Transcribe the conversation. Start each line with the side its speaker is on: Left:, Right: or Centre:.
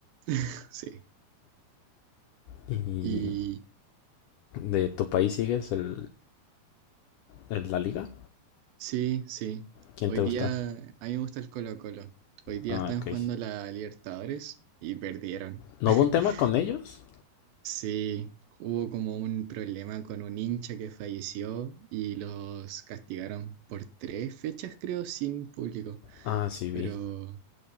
Right: <laughs> Sí.
Left: Y
Right: Y
Left: de tu país sigues el ¿En la liga?
Right: sí, sí.
Left: ¿Quién
Right: Hoy
Left: te
Right: día
Left: gusta?
Right: a mí me gusta el Colo-Colo. Hoy día
Left: Ah,
Right: están
Left: ok.
Right: jugando la Libertadores y perdieron.
Left: ¿No
Right: <laughs>
Left: hubo un tema con ellos?
Right: Sí, hubo como un problema con un hincha que falleció y los castigaron por tres fechas, creo, sin público.
Left: Ah, sí, vi.
Right: Pero